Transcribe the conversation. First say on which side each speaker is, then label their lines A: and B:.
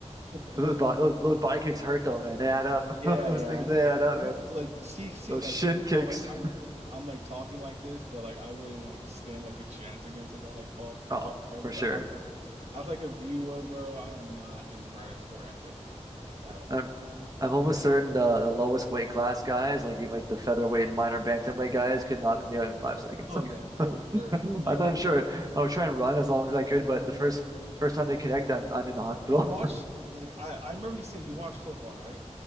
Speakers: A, on the right (about 65°); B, on the right (about 30°).
A: <laughs>
B: Those, bo those those body kicks hurt though, man. They add up.
A: Yeah,
B: <laughs> Those
A: yeah.
B: things
A: And
B: they
A: like
B: add up,
A: me,
B: man.
A: like see, see,
B: Those
A: like
B: shin kicks.
A: how like I'm
B: <laughs>
A: I'm like talking like this, but like I wouldn't like stand like a chance against a guy like Paul
B: Oh,
A: Paul Craig.
B: for sure.
A: But I was as like a viewer, bro, I am not impressed or entertained like at
B: I'm
A: all.
B: I'm almost certain the, the lowest weight class guys, like even like the featherweight minor bantamweight guys, could knock me out in five seconds.
A: Oh yeah,
B: <laughs>
A: for sure.
B: I'm
A: Like
B: not
A: I,
B: even sure. I would try and run as long as I could, but the first first time they connect, I'm I'm in the hospital.
A: you watch like I I remember you saying you watch football, right?